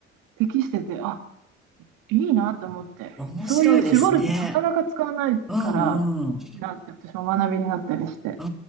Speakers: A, on the right; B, in the centre.
A: 適してて、あ、いいなと思って。
B: 面白いですね。
A: そういう絞るってなかなか使わないから、
B: うんうん。
A: いいなって私も学びになったりして。
B: う